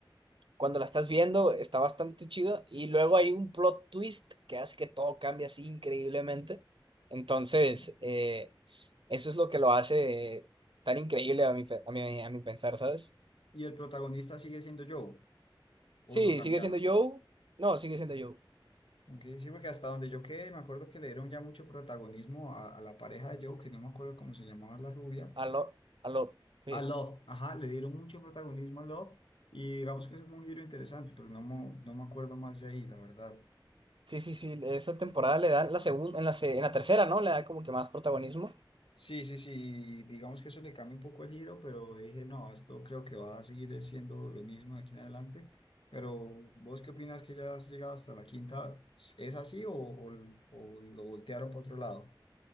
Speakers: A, on the right (about 75°); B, on the left (about 80°).
A: cuando la estás viendo está bastante chido y luego hay un plot twist que hace que todo cambie así increíblemente. Entonces,
B: Ok.
A: eh, eso es lo que lo hace tan increíble a mi, pe- a mi, a mi pensar, ¿sabes?
B: Y el protagonista sigue siendo Joe,
A: Sí,
B: o lo cambiaron.
A: sigue siendo Joe. No, sigue siendo Joe.
B: Aunque Sí, porque hasta donde yo quedé, me acuerdo que le dieron ya mucho protagonismo a, a la pareja de Joe, que no me acuerdo cómo se llamaba la rubia,
A: Aló, aló. Sí,
B: a Love, ajá, le dieron mucho protagonismo a Love, y digamos que es un giro interesante, pero no, mo- no me acuerdo más de ahí, la verdad.
A: sí, sí, sí, esa temporada le dan la segunda, en la, se- en la tercera, ¿no? Le da como que más protagonismo.
B: Sí, sí, sí, digamos que eso le cambia un poco el giro, pero dije, no, esto creo que va a seguir siendo lo mismo de aquí en adelante. Pero, ¿vos qué opinas que ya has llegado hasta la quinta? ¿Es así o, o, o lo voltearon para otro lado?